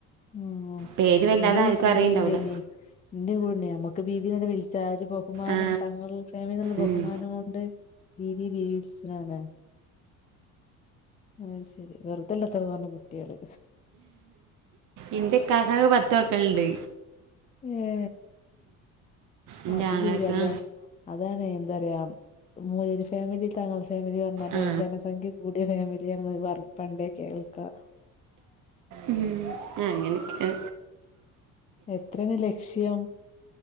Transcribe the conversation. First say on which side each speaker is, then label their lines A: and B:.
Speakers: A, on the left (about 20°); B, on the right (about 45°).
A: ഉം
B: പേര് വല്ലാതെ
A: എന്തും
B: ആർക്കും
A: കൂടണ്ടേന
B: അറിയണ്ടാവില്ല
A: എന്റെ കൂടെന്നേ നമുക്ക് ബിബി തന്നെ വിളിച്ചാ പോ ബഹുമാനം
B: ആ
A: തങ്ങൾ ഫമിലിന്നുള്ള
B: ഉം,
A: ബഹുമാനം കൊണ്ട് രീതി വീളിച്ചിടാണ് ആഹ ശരി വെറുതല്ലാ ഇത്ര വന്ന കുട്ടികള്
B: എന്റെ ഇക്കാക്ക് പത്ത് മക്കളുണ്ട്
A: ഉം ഏ
B: എൻ്റെ
A: അത്
B: ആങ്ങൾക്ക്
A: ശരി അതെ അതാണ് എന്താ ഒരു പറയാ മൂലര് ഫാമിലി തങ്കൾ ഫാമിലി മതേ
B: ആ
A: ജനസംഖ്യ കൂടിയ ഫാമിലിയാണ പറ പണ്ടേ കേൾക്കാം
B: ഉ ആ അങ്ങനെ ഒക്കെ
A: എത്രാണ് ലക്ഷ്യം